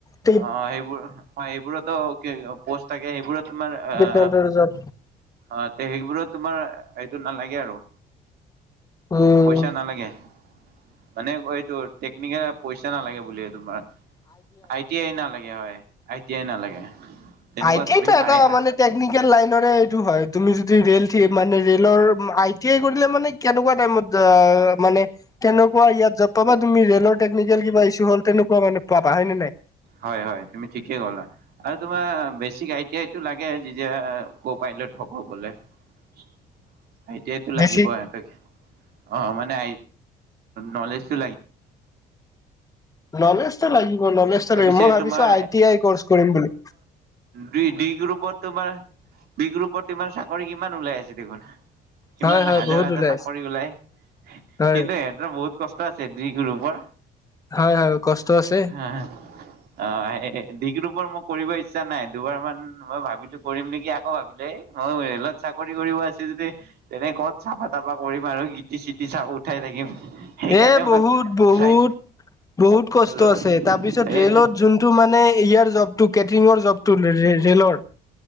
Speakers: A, on the left (about 20°); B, on the right (about 70°).
A: টিকেট
B: অ' সেইবোৰ অ' সেইবোৰতো কি পোষ্ট থাকে সেইবোৰত তোমাৰ আ
A: কাউণ্টাৰ জব
B: অ' তে সেইবোৰত তোমাৰ সেইটো নালাগে আৰু।
A: উম
B: পইচা নালাগে। মানে এইটো টেকনিকেল পইচা নালাগে বুলি এই তোমাৰ। আই টি আই নালাগে হয়। আই টি আই নালাগে। তেনেকুৱা
A: আই টি
B: পই
A: আইটো এটা
B: আই
A: মানে টেকনিকেল লাইনৰে এইটো হয়, তুমি যদি ৰেল থিয় মানে ৰেলৰ আই টি আই কৰিলে মানে কেনেকুৱা টাইমত আ, মানে কেনেকুৱা ইয়াত পাবা তুমি ৰেল টেকনিকেল কিবা ইছু হ'ল তেনেকুৱান পাবা হয় নে নাই?
B: হয় হয় তুমি ঠিকেই কলা। আৰু তোমাৰ বেচিক আই টি আইটো লাগে যে ক' পাইলট হ'ব বোলে। <inaudible> আই টি আইটো
A: বেছি
B: লাগিব, এতে অ' মানে নলেজটো লাগিব।
A: নলেজটো লাগিব নলেজ
B: তাৰপিছে
A: লাগিব। মই ভাবিছোঁ
B: তোমাৰ
A: আই টি আই কৰ্চ কৰিম বুলি।
B: বি ডি গ্ৰুপত তোমাৰ ডি গ্ৰুপত তোমাৰ চাকৰি কিমান ওলাই আছে দেখোন। কিমান
A: হয় হয়
B: হাজাৰ
A: বহুত
B: হাজাৰ
A: ওলাইছে
B: চাকৰি ওলাই
A: হয়
B: কিন্তু বহুত কষ্ট আছে ডি গ্ৰুপৰ।
A: হয় হয় কষ্ট আছে।
B: হে, হে। আ, ডি গ্ৰুপৰ মই কৰিব ইচ্ছা নাই। দুবাৰ মান মই ভাবিলো কৰিম নেকি আকৌ ভাবিলো মই ৰেলত চাকৰি কৰিব আছোঁ যদি তেনে ক'ত চাফা তাফা কৰিম আৰু গিটি চিতি চাক উঠাই থাকিম। সেইকাৰণে
A: এ,
B: মই
A: বহুত বহুত
B: চাই
A: বহুত কষ্ট
B: আৰু
A: আছে। তাৰপিছত তাৰিছত
B: এই
A: ৰেলত যোনটো মানে ইয়াৰ জবটো, কেটৰিঙৰ জবটো ৰেলৰ